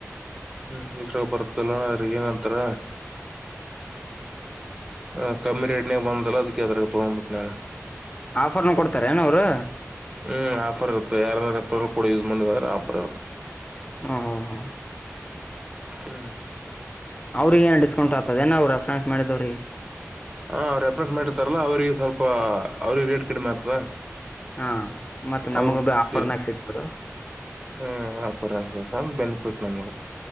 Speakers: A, on the right; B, on the left.
A: ಹ್ಮ್ ಇದ್ರಾಗ ಬರ್ತಲ್ಲಣ್ಣಾರೆ ಏನಂತಾರ ಹ ಕಮ್ಮಿ ರೇಟ್ನೇ ಬಂದಲ್ಲ ಅದಕ್ಕೆ ಅದ್ರಾಗ್ ತಗೊಂಬಿಟ್ಟೆ ನಾ
B: ಆಫರ್ನ ಕೊಡ್ತಾರ ಏನ ಅವರು?
A: ಹ್ಮ್ ಆಫರ್ ಇರುತ್ತೆ ಯಾರ ರೆಫರ್ಲ್ ಕೊಡ್ ಯೂಸ್ ಮಾಡಿದ್ರ ಅಂದ್ರ ಆಫರ್ ಇರುತ್ತೆ.
B: ಹು ಹು ಹಾ.
A: ಹ್ಮ್
B: ಅವ್ರಿಗೆ ಏ ಡಿಸ್ಕೌಂಟ್ ಆತ್ತದೇನ ಅವ್ರ ಫ್ರಾನ್ಸ್ ಮಾಡಿದವ್ರಿಗೆ.
A: ಹಾ ರೆಫ್ರನ್ಸ್ ಮಾಡಿರ್ತಾರಲ್ಲಾ ಅವ್ರಿಗೆ ಸ್ವಲ್ಪ ಅವ್ರಿಗೆ ರೇಟ್ ಕಡಿಮೆ ಆಗ್ತದ.
B: ಹಾ ಮತ್ತ ನಮಗ
A: ಅವ್ರ
B: ಬಿ
A: ಖುಷಿ.
B: ಆಫರ್ನಗ್ ಸಿಗ್ತದ.
A: ಹ್ಮ್ ಅಪರ <unintelligible> ಬೆನಿಫಿಟ್ ನಮಗ